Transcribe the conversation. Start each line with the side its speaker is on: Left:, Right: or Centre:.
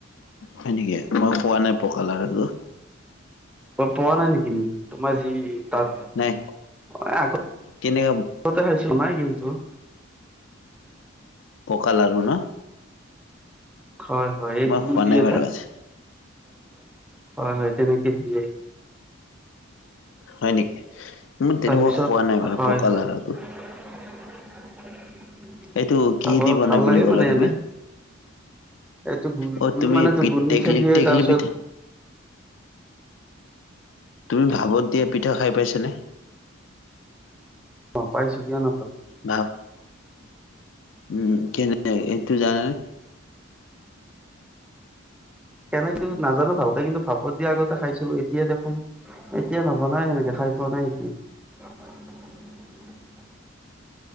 Left: হয় নেকি? মই খোৱা নাই পকালাৰুটো।
Centre: অ পোৱা নাই নেকি?, তোমাৰ যি তাত
Left: নাই
Centre: এ আকৌ
Left: কেনেকা
Centre: <unintelligible> নাই কিন্তু।
Left: পকা লাৰু ন?
Centre: হয়, হয় এই
Left: মই
Centre: গুৰ
Left: খোৱা
Centre: দি
Left: নাই
Centre: <unintelligible>
Left: বাৰু আজি
Centre: হয় হয়, তেনেকে দিয়ে।
Left: হয় নেকি? মই তেনেকুৱা
Centre: তাৰপিছত
Left: খোৱা নাই বাৰু,
Centre: হয়
Left: পকা
Centre: হয়
Left: লাৰুটো।
Centre: <unintelligible>
Left: এইটো কিহে
Centre: খাব
Left: দি বনাই
Centre: ভাল
Left: বুলি
Centre: লাগে
Left: কলা
Centre: মানে
Left: তুমি?
Centre: এনে এইটো গুৰ
Left: অ
Centre: গুৰ
Left: তুমি
Centre: মানেতো
Left: পিত
Centre: গুৰ
Left: টেকলি
Centre: মিঠাই দিয়ে
Left: টেকলি
Centre: তাৰপিছত
Left: পিঠ তুমি ভাৱত দিয়া পিঠা খায় পাইছানে?
Centre: অ' পাইছোঁ কিয় নাপাম।
Left: ভাপ -উম' কেনে এইটো জানানে?
Centre: কেনেকে নাজানোঁ ভালকে কিন্তু ভাপত দিয়া আগতে খাইছিলোঁ, এতিয়া দেখোন এতিয়া নবনাই সেনেকে খায় পোৱা নাই এতিয়া। <unintelligible>